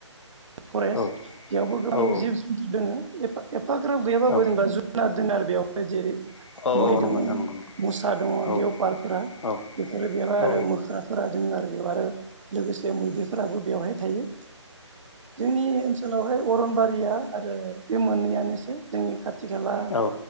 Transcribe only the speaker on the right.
फरेस्ट
एयावबो गोबां
जिब जुनतु दोङो। एपा एप एपाग्राब गैयाबाबो
जेनबा जुनार दोङो आरो बेयावहाय जेरै
मै दङ,
मुसा दङ
लेवपारफोरा।
बेफोरो बेवहाय
आरो मोख्राफोरा दोङो आरो बेयाव आरो लोगोसे मैदेरफोराबो बेवहाय थायो। जोंनि ओनसोलावहाय अरनबारिया आरो बे मोननैयानोसै। जोंनि खा थि खाला